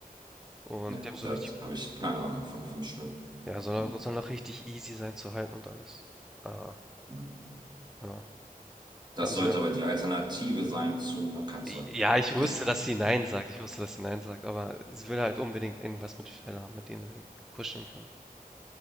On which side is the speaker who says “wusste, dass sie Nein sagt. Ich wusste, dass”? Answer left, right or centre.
Centre